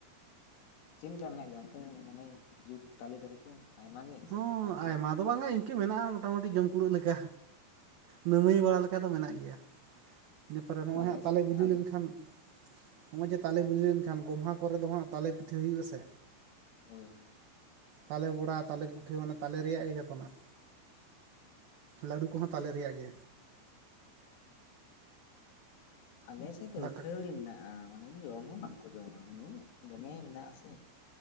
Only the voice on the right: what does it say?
ᱦᱚᱸ
ᱟᱭᱢᱟ
ᱫᱚ ᱵᱟᱝ-ᱟ ᱤᱱᱠᱟᱹ ᱢᱮᱱᱟᱜᱼᱟ ᱢᱳᱴᱟ ᱢᱩᱴᱤ ᱡᱚᱢ ᱠᱩᱲᱟᱹᱜ ᱞᱮᱠᱟ ᱱᱟᱹᱢᱟᱹᱭ ᱵᱟᱲᱟ ᱞᱮᱠᱟ ᱫᱚ ᱢᱮᱱᱟᱜ ᱜᱮᱭᱟ ᱤᱱᱟᱹ ᱯᱚᱨᱮ ᱱᱚᱜᱼᱚᱭ
ᱦᱟᱸᱜ ᱛᱟᱞᱮ
ᱵᱮᱞᱮ
ᱞᱮᱱᱠᱷᱟᱱ ᱱᱚᱜᱼᱚᱭ ᱡᱮ ᱛᱟᱞᱮ ᱵᱮᱞᱮ ᱞᱮᱱ ᱠᱷᱟᱱ ᱜᱚᱢᱦᱟ ᱠᱚ ᱨᱮ ᱫᱚ ᱦᱟᱸᱜ ᱛᱟᱞᱮ ᱯᱤᱴᱷᱟᱹ ᱦᱳᱭᱳᱜᱼᱟ ᱥᱮ
ᱛᱟᱞᱮ ᱵᱚᱰᱟᱛ ᱛᱟᱞᱮ ᱯᱤᱴᱷᱟᱹ ᱢᱟᱱᱮ ᱛᱟᱞᱮ ᱨᱮᱭᱟᱜ ᱜᱮ ᱡᱚᱛᱚᱱᱟᱜ ᱞᱟᱹᱰᱩ ᱠᱚᱦᱚᱸ ᱛᱟᱞᱮ ᱨᱮᱭᱟᱜ ᱜᱮ
ᱫᱟᱠᱟ